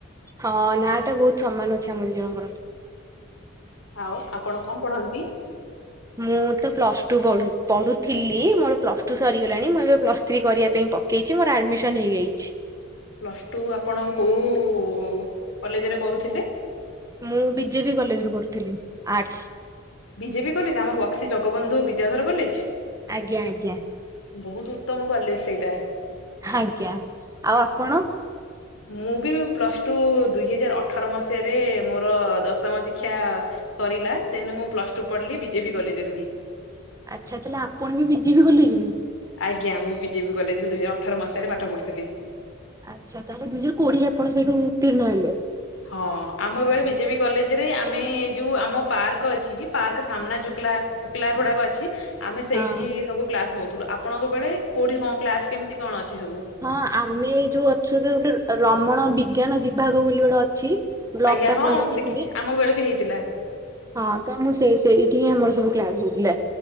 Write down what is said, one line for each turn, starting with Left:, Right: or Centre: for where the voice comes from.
Right: ହଁ ନାଁଟା ବହୁତୁ ସମାନ ଅଛି ଆମ ଦି ଜଣଙ୍କର।
Left: ଆଉ ଆପଣ କଁ ପଢନ୍ତି।
Right: ମୁଁତ ପ୍ଲସ୍ ଟୁ ପଢୁ ପଢୁଥିଲି ମୋର ପ୍ଲସ୍ ଟୁ ସରିଗଲାଣି ମୁଁ ଏବେ ପ୍ଲସ୍ ଥ୍ରୀ କରିବା ପାଇଁ ପ କେଇଛି ମୋର ଆଡମିସନ ହେଇଯାଇଚି।
Left: ପ୍ଲସ୍ ଟୁ ଆପଣ କୋଉ କଲେଜରେ କରୁଥିଲେ।
Right: ମୁଁ ବିଜେବି କଲେଜରୁ ପଢ଼ୁ, ଆର୍ଟସ୍।
Left: ବିଜେପି କଲେଜ ଆମ ବକ୍ସି ଜଗବନ୍ଧୁ ବିଦ୍ୟାଧର କଲେଜ।
Right: ଆଜ୍ଞା ଆଜ୍ଞା।
Left: ବହୁତୁ ଉତ୍ତମ କଲେଜ ସେଇଟା।
Right: ହାଜ୍ଞା ଆଉ ଆପଣ।
Left: ମୁଁ ବି ପ୍ଲସ ଟୁ ଦୁଇ ହଜାର ଅଠର ମସିହାରେ ମୋର ଦଶମ ଶିକ୍ଷା ସରିଲା ଦେନୁ ମୁଁ ପ୍ଲସ୍ ଟୁ ପଢିଲି ବିଜେପି କଲେଜରୁ ହିଁ
Right: ଆଚ୍ଛା ତାହେଲେ ଆପଣବି ବିଜେବି କଲେଜରୁ
Left: ଆଜ୍ଞା ମୁ ବିଜେପ କଲେଜରେ ଦୁଇ ହଜାର ଅଠର ମସିହାରେ ପାଠ ପଢ଼ୁଥିଲି।
Right: ଆଚ୍ଛା ତାହେଲେ ଦୁଇ ହଜାର କୋଡିଏରେ ଆପଣ ସେଇଠୁ ଉତିର୍ଣ୍ଣ ହେଲେ।
Left: ହଁ ଆମ ବେଳେ ବିଜେବି କଲେଜ ରେ ଆମେ ଯୋଉ ଆମ ପାର୍କ ଅଛିକି ପାର୍କ ସାମ୍ନା ଯୋଉ କ୍ଳା କ୍ଳାସ ଗୁଡାକ ଅଛି ଆମେ ସେଇଠି
Right: ହଁ
Left: ସବୁ କ୍ଲାସ ନଉଥିଲୁ ଆପଣଙ୍କ ବେଳେ କୋଉଠି କଣ କ୍ଲାସ କେମିତି କଣ ଅଛି ସବୁ।
Right: ହଁ ଆମେ ଯୋଉ ଅଛୁ ଗୋଟେ ରମଣ ବିଜ୍ଞାନ ବିଭାଗ ବୋଲି ଗୋଟେ ଅଛି ବ୍ଲକ
Left: ଆଜ୍ଞା
Right: ଟା
Left: ହଁ
Right: ଆପଣ ଜାଣିଥିବେ
Left: ମୁ ଦେଖିଛି ଆମ ବେଳ ବି ହେଇଥିଲା।
Right: ହଁ ତ ମୁଁ ସେଇ ସେଇଠି ଆମର ସବୁ କ୍ଲାସ୍ ହୋଇଥିଲା।